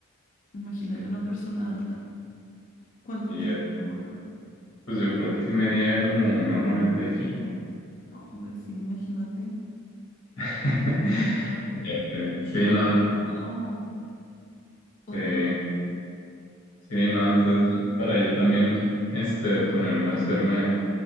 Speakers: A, on the left; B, on the left.
A: Imagínate
B: Sí,
A: una persona alta. ¿Cuánto
B: y
A: medía
B: ya,
A: tu abuelo?
B: pues yo creo que sí medía como 1.95.
A: No, hombre, sí, imagínate.
B: <laughs>
A: Para,
B: Ya sé. Sí,
A: para
B: no,
A: tu
B: ent-
A: mamá o, o
B: eh,
A: tú.
B: sí, no, entonces para yo también este, ponerme a hacerme